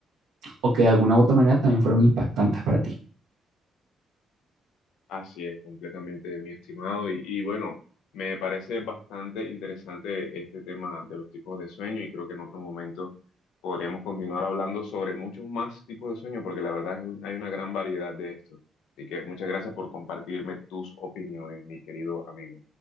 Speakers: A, on the right (about 80°); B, on the left (about 85°).
A: o que de alguna u otra manera también fueron impactantes para ti.
B: Así es, completamente, mi estimado. Y, y bueno, me parece bastante interesante este tema de los tipos de sueño y creo que en otro momento podríamos continuar hablando sobre muchos más tipos de sueño porque la verdad es un- hay una gran variedad de esto. Así que muchas gracias por compartirme tus opiniones, mi querido amigo.